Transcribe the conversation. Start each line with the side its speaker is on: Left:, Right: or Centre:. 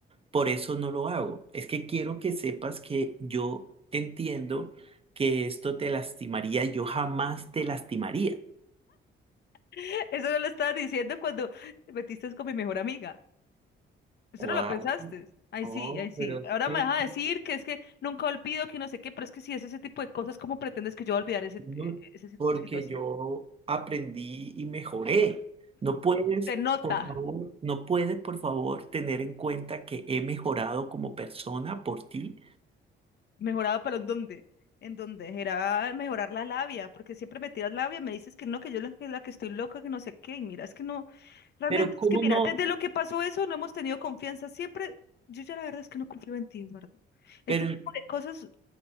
Right: Por eso no lo hago. Es que quiero que sepas que yo entiendo que esto te lastimaría. Yo jamás te lastimaría.
Left: <laughs> Eso no lo estaba diciendo cuando te metiste con mi mejor amiga. Eso
Right: ¿Cuál?
Left: no lo pensaste. Ay,
Right: No,
Left: sí, ay, sí.
Right: pero es
Left: Ahora
Right: que...
Left: me vas a decir que es que nunca olvido que no sé qué, pero es que si es ese tipo de cosas, ¿cómo pretendes que yo voy a olvidar ese,
Right: No,
Left: eh, esa si-
Right: porque
Left: situación?
Right: yo aprendí y mejoré. No puedes,
Left: Se nota.
Right: por favor, no puedes, por favor, tener en cuenta que he mejorado como persona por ti.
Left: Mejoraba, pero ¿en dónde? En dónde era mejorar la labia, porque siempre me tiras labia y me dices que no, que yo la, que la que estoy loca, que no sé qué, y mira, es que no, realmente
Right: Pero cómo
Left: es que mira,
Right: no,
Left: desde lo que pasó eso no hemos tenido confianza, siempre, yo ya la verdad es que no confío en ti, Eduardo. Este
Right: pero
Left: tipo de cosas